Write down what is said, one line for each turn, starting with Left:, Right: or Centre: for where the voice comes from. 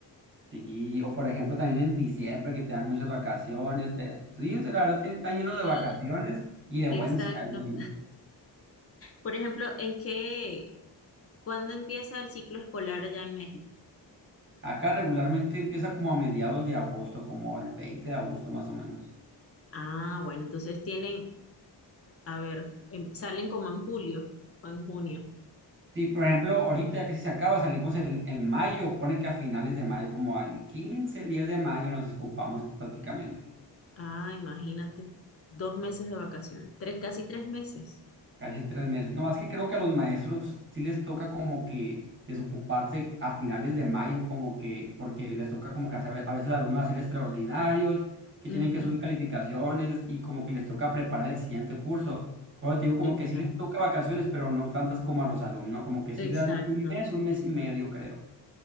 Right: Sí, o por ejemplo también en diciembre que te dan muchas vacaciones. Te, sí, la verdad tienen- están llenos
Left: Sí,
Right: de vacaciones y de
Left: exacto.
Right: buen sueldo.
Left: Por ejemplo, ¿en qué, cuándo empieza el ciclo escolar allá en México?
Right: Acá regularmente empieza como a mediados de agosto, como el 20 de agosto más o menos.
Left: Ah, bueno, entonces tienen, a ver, em, salen como en julio o en junio.
Right: Sí, por ejemplo, ahorita ya casi se acaba, salimos en, en mayo, pone que a finales de mayo, como al 15 10 de mayo nos escupamos prácticamente.
Left: Ah, imagínate, dos meses de vacaciones, tres, casi tres meses.
Right: Casi tres meses. No, es que creo que a los maestros sí les toca como que desocuparse a finales de mayo, como que, porque les toca como que hacer- a veces a alumnos hacer extraordinarios, que
Left: Ujú,
Right: tienen que subir calificaciones y como que les toca preparar el siguiente curso. Pero te digo, como
Left: Exacto.
Right: que sí les toca vacaciones, pero no tantas como a los alumnos, como que sí
Left: Exacto,
Right: dan un mes, un mes y medio, creo.